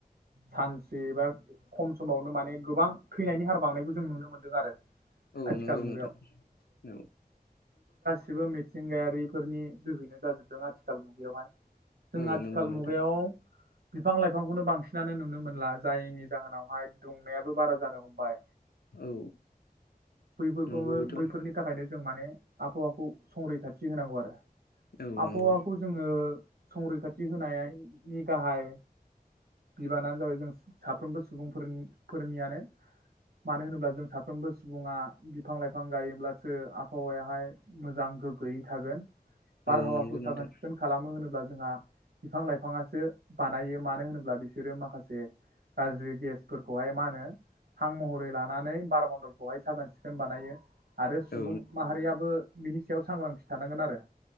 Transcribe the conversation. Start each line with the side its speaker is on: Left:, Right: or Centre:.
Right: सानसे बा खम समावनो माने गोबां थैनायनि हार बांनायखौ जों नुनो मोनदों आरो
Left: औ
Right: आथिखाल
Left: नंगौ
Right: मुगायाव
Left: नोंथां औ
Right: गसिबो मिथिंगायारिफोरनि जोहैनो जाजोबदों आथिखाल मुगायावहाय जों
Left: औ
Right: आथिखाल
Left: नंगौ नोंथां
Right: मुगायाव बिफां लाइफांखौनो बांसिनानो नुनो मोनला जायनि जाहोनावहाय दुंनायाबो बारा जानो हमबाय
Left: औ
Right: बैफोरखौ
Left: नंगौ बेथ'
Right: बैफोरनि थाखायनो जों माने आबहावाखौ संरैखाथि होनांगौ आरो
Left: औ
Right: आबहावाखौ
Left: नंगौ
Right: जोङो संरैखाथि होनायनि गाहाय बिबानानो जाबाय जों साफ्रोमबो सुबुंफोरनि फोरनियानो मानो होनोब्ला जों साफ्रोमबो सुबुङा बिफां लाइफां गायोब्लासो आबहावायाहाय मोजां गोग्गोयै थागोन बारहावाखौ
Left: औ नंगौ
Right: साखोन
Left: नोंथां
Right: सिखोन खालामो होनोब्ला जोंहा बिफां लाइफाङासो बानायो मानो होनोब्ला बिसोरो माखा माखासे गाज्रि गेसफोरखौहाय मा हां महरै लानानै नानै बारमन्दलखौहाय साखोन सिखोन बानायो आरो सुबुं
Left: औ
Right: माहारियाबो बिनि सायाव सांग्रांथि थानांगोन आरो